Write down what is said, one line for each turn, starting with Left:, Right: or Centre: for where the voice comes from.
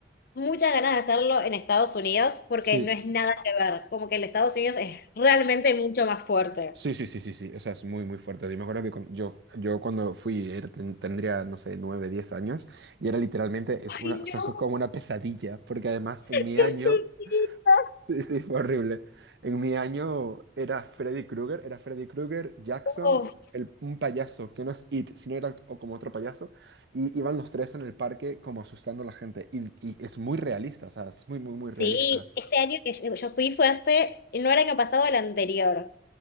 Left: muchas ganas de hacerlo en Estados Unidos porque
Right: sí,
Left: no es nada que ver, como que el Estados Unidos es realmente mucho más fuerte.
Right: sí, sí, sí, sí, sí, o sea, es muy, muy fuerte. Yo me acuerdo que con- yo, yo cuando fui era- ten- tendría, no sé, 9 10 años, y era literalmente, es
Left: Ay,
Right: una, o
Left: no,
Right: sea, eso es como una pesadilla, porque además en mi
Left: qué
Right: año...
Left: chiquita.
Right: Sí, sí, fue horrible. En mi año era Freddy Krueger, era Freddy Krueger, Jackson,
Left: Oh,
Right: el, un payaso, que no es It, sino era o como otro payaso, y iban los tres en el parque como asustando a la gente. Y, y es muy realista, o sea, es muy, muy, muy realista.
Left: sí, este año que yo, yo fui fue hace, no era el año pasado, el anterior.